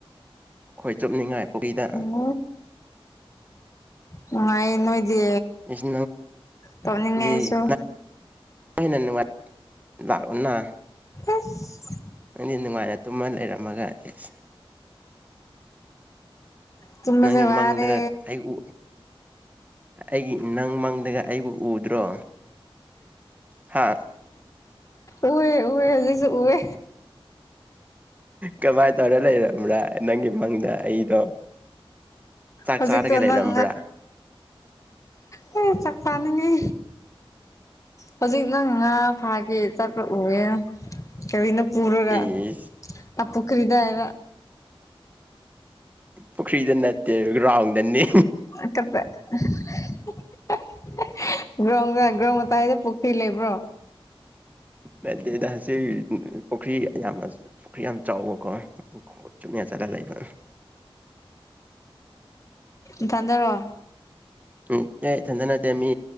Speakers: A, on the right; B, on the left.
A: ꯈꯣꯏ ꯆꯨꯞꯅꯤꯡꯉꯥꯏ ꯄꯨꯔꯤꯗ
B: ꯎꯝ ꯅꯨꯉꯥꯏꯌꯦ ꯅꯣꯏꯗꯤ
A: ꯏꯁ
B: ꯇꯣꯛꯅꯤꯡꯉꯦ
A: ꯅꯪꯗꯤ
B: ꯑꯩꯁꯨ
A: ꯍꯦꯟꯅ ꯅꯨꯡꯉꯥꯏ ꯂꯥꯛꯑꯣꯅꯥ
B: ꯏꯁ
A: ꯅꯪꯗꯤ ꯅꯨꯡꯉꯥꯏꯅ ꯇꯨꯝꯃ ꯂꯩꯔꯝꯃꯒ ꯏꯠꯁ
B: ꯇꯨꯝꯕꯖꯦ
A: ꯅꯪꯒꯤ
B: ꯋꯥꯔꯦ
A: ꯃꯪꯗꯒ ꯑꯩ ꯎ ꯑꯩꯒꯤ ꯅꯪ ꯃꯪꯗꯒ ꯑꯩꯕꯨ ꯎꯗ꯭ꯔꯣ ꯍꯥ
B: ꯎꯋꯦ ꯎꯋꯦ ꯍꯧꯖꯤꯁꯨ ꯎꯋꯦ
A: ꯀꯃꯥꯏ ꯇꯧꯔ ꯂꯩꯔꯕ꯭ꯔꯥ ꯅꯪꯒꯤ ꯃꯪꯗ ꯑꯩꯗꯣ ꯆꯥꯛ
B: ꯍꯧꯖꯤꯛꯇꯣ
A: ꯆꯥꯔꯒꯦ
B: ꯅꯪ
A: ꯂꯩꯔꯝꯕ꯭ꯔꯥ
B: ꯍꯦ ꯆꯥꯛ ꯆꯥꯅꯤꯡꯉꯦ ꯍꯧꯖꯤꯛ ꯅꯪ ꯉꯥ ꯐꯥꯒꯦ ꯆꯠꯄ ꯎꯑꯦ ꯀꯔꯤꯅꯣ ꯄꯨꯔꯒ
A: ꯏꯁ
B: ꯑꯥ ꯄꯨꯈ꯭ꯔꯤꯗ ꯍꯥꯏꯕ
A: ꯄꯨꯈ꯭ꯔꯤꯗ ꯅꯠꯇꯦ ꯒ꯭ꯔꯥꯎꯟꯗꯅꯤ
B: <unintelligible> ꯒ꯭ꯔꯥꯎꯟꯗ ꯒ꯭ꯔꯥꯎꯟ ꯃꯇꯥꯢꯗ ꯄꯨ ꯈ꯭ꯔꯤ ꯂꯩꯕ꯭ꯔꯣ
A: ꯅꯠꯗꯦꯗ ꯁꯤ ꯄꯨꯈ꯭ꯔꯤ ꯌꯥꯝ ꯄꯨꯈ꯭ꯔꯤ ꯌꯥꯝ ꯆꯥꯎꯕꯀꯣ <unintelligible> ꯆꯨꯝꯅ ꯆꯠꯂ ꯂꯩꯕ
B: ꯅꯊꯟꯗꯔꯣ
A: ꯅꯠꯇꯦ ꯏꯊꯟꯗ ꯅꯠꯇꯦ ꯃꯤ